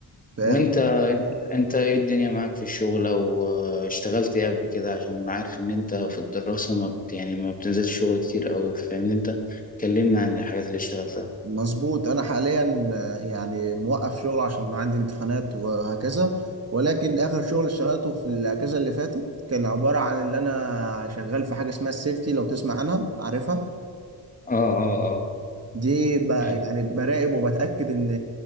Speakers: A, on the right; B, on the left.
A: فاهم
B: وانت انت ايه الدنيا معاك في الشغل او آه، اشتغلت ايه قبل كده عشان عارف ان انت في الدراسة ما بت يعني ما بتنزلش شغل كتير قوي فاهمني انت كلمنا عن الحاجات اللي اشتغلتها
A: مظبوط انا حاليا آه، يعني موقف شغل عشان عندي امتحانات وهكذا ولكن اخر شغل اشتغلته في الاجازة اللي فاتت كان عبارة عن ان انا شغال في حاجة اسمها السيفتي لو تسمع عنها عارفها
B: اه اه اه
A: دي ب... يعني
B: يعني
A: براقب وبتأكد إن